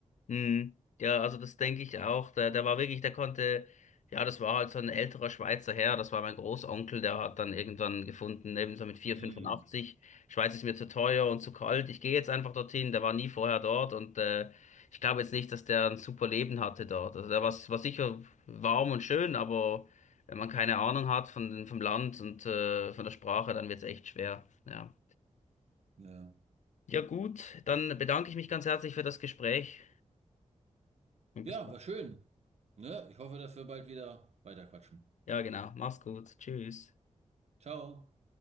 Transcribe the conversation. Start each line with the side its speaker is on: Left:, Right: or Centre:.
Left: hm. Ja, also das denke ich auch. Der, der war wirklich, der konnte, ja, das war halt so ein älterer Schweizer Herr, das war mein Großonkel, der hat dann irgendwann gefunden, eben so mit vier
Right: Hm.
Left: Komma fünfundachtzig Schweiz ist mir zu teuer und zu kalt, ich gehe jetzt einfach dorthin, der war nie vorher dort und äh, ich glaube jetzt nicht, dass der ein super Leben hatte dort. Also der war, war sicher warm und schön, aber wenn man keine Ahnung hat von, vom Land und äh, von der Sprache, dann wird es echt schwer. Ja.
Right: Ja.
Left: Ja, gut, dann bedanke ich mich ganz herzlich für das Gespräch und
Right: Ja,
Left: bis dann.
Right: war schön. Ne? Ich hoffe, dass wir bald wieder weiterquatschen.
Left: Ja, genau. Mach's gut. Tschüss.
Right: Ciao.